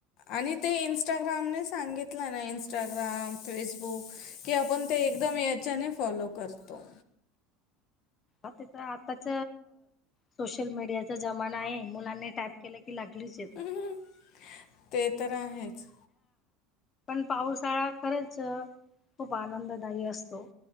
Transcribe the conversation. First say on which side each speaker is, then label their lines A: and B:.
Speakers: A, on the left (about 45°); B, on the left (about 20°).
A: आणि ते इं्स्टाग्रामने सांगितलं ना इनस्टाग्राम फेसबुक की आपण ते एकदम याच्याने फॉलो करतो
B: आ ते तर आताच सोशल मीडियाचा जमाना आहे मुलांनी टाईप केला की लागलीच येत
A: हम्म. ते तर आहेच.
B: पावसाळाआनंददायीक असतो.